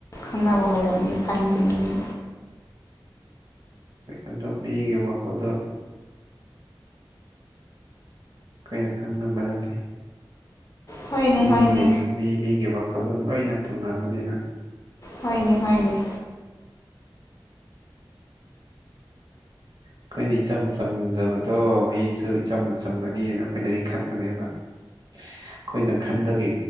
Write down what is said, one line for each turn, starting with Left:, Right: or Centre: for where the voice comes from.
Left: ꯈꯪꯅꯕ ꯑꯣꯏꯔꯝꯅꯤ ꯐꯟꯈꯤꯅꯤꯡꯅꯤ
Right: ꯑꯗꯨꯣ ꯑꯩꯒꯤ ꯋꯥꯈꯜꯗ ꯀꯩꯅ ꯈꯪ ꯉꯝꯕ ꯅꯠꯇꯦ
Left: ꯍꯣꯏꯅꯦ
Right: ꯃꯤ
Left: ꯍꯣꯏꯅꯦ
Right: ꯃꯤꯒꯤ ꯃꯤ ꯃꯤꯒꯤ ꯋꯥꯈꯜꯂꯣꯟ ꯂꯣꯏꯅ ꯇꯨꯡꯒꯟꯥꯟꯕꯅꯤꯅ
Left: ꯍꯣꯏꯅꯦ ꯍꯣꯏꯅꯦ
Right: ꯑꯩꯈꯣꯏꯅ ꯏꯆꯝ ꯆꯝꯖꯕꯗꯣ ꯃꯤꯁꯨ ꯏꯆꯝ ꯆꯝꯒꯅꯤꯅ ꯑꯩꯈꯣꯏꯅꯗꯤ ꯈꯟꯕꯅꯦꯕ ꯑꯩꯈꯣꯏꯅ ꯈꯟꯕꯒꯤ